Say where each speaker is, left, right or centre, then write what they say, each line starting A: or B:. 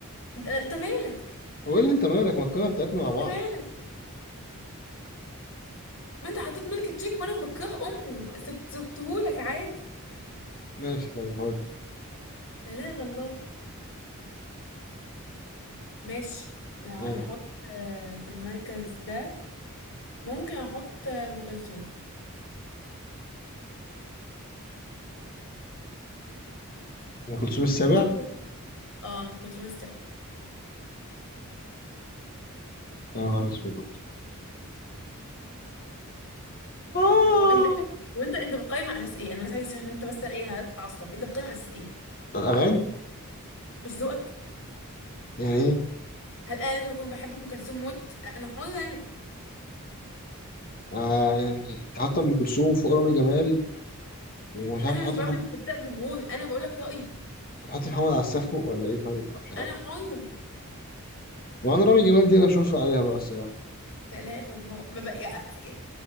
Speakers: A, on the left; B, on the left.
A: انت انت مالك
B: هو إيه اللي أنت مالك ما القناة بتاعتنا مع بعض
A: انت مالك ما انت حطيت ملك تشيك وانا بكره امه سبت- سبتهولك عادي
B: ماشي طيب هودي
A: لا لا لا الله ماشي لو هنحط
B: آه
A: آه، في المركز ده ممكن احط آه، ام كلثوم
B: أم كلثوم السابع
A: تموت اه ام كلثوم استقبل
B: يا نهار أسود آه
A: هو انت وانت انت بتقيم على اساس ايه انا بس عايزه عشان انت بس ايه انا اتعصب انت بتقيم على اساس ايه
B: الأغاني
A: مش ذوقك
B: يعني إيه؟
A: هل انا لازم اكون بحب ام كلثوم موت انا حره انا
B: آه يعني أنت حاطة أم كلثوم فوق رامي جمال ومش عارف
A: انا
B: تحطي
A: مش بعمل
B: محمد
A: استفتاء جمهوري انا بقول لك رايي
B: هتحطي محمد على السقف فوق ولا إيه طيب أنا مش عارف
A: انا حره
B: وأنا رامي جمال دي أنا أشوف عليها بقى الصراحة
A: لا اله الا الله ما بقى يا... يا-